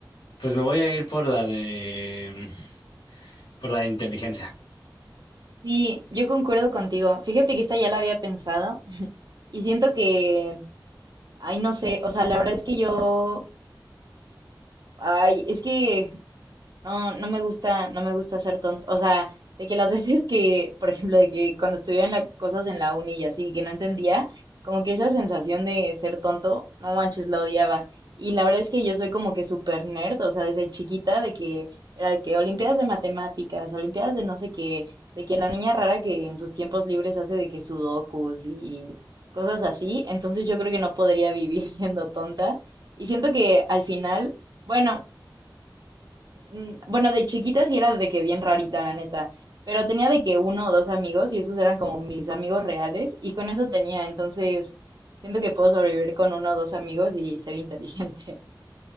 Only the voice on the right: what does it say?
sí, yo concuerdo contigo. Fíjate que esta ya la había pensado y siento que, ay, no sé, o sea, la verdad es que yo, ay, es que No, no me gusta, no me gusta ser tonto. O sea, de que las <laughs> veces que, por ejemplo, de que cuando estudiaba en las cosas en la uni y así, que no entendía, como que esa sensación de ser tonto, no manches, la odiaba. Y la verdad es que yo soy como que súper nerd, o sea, desde chiquita, de que era de que olimpiadas de matemáticas, olimpiadas de no sé qué, de que la niña rara que en sus tiempos libres hace de que sudokus y cosas así. Entonces yo creo que no podría vivir <laughs> siendo tonta. Y siento que al final. Bueno, Mm, Bueno, de chiquita sí era de que bien rarita, la neta, pero tenía de que uno o dos amigos y esos eran como mis amigos reales y con eso tenía, entonces siento que puedo sobrevivir con uno o dos amigos y ser inteligente.